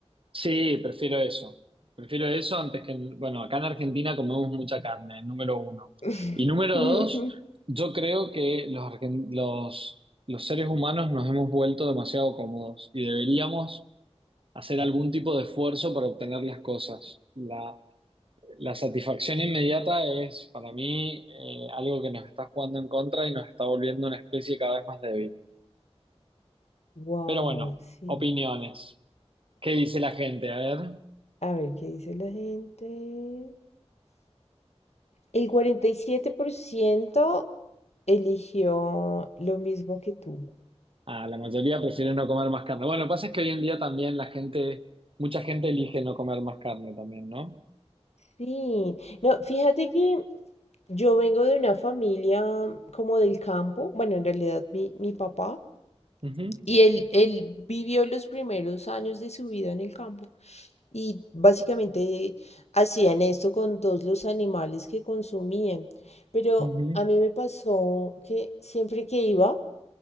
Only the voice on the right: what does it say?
Sí, prefiero eso. Prefiero eso antes que, bueno, acá en Argentina comemos mucha carne, número uno.
Y número dos, yo creo que los, argen- los, los seres humanos nos hemos vuelto demasiado cómodos y deberíamos hacer algún tipo de esfuerzo para obtener las cosas. La, la satisfacción inmediata es para mí eh, algo que nos está jugando en contra y nos está volviendo una especie cada vez más débil.
Pero bueno,
opiniones. ¿Qué dice la gente? A ver,
ah, la mayoría prefiere no comer más carne. Bueno, lo que pasa es que hoy en día también la gente, mucha gente elige no comer más carne también, ¿no?
Ujú,
ujú.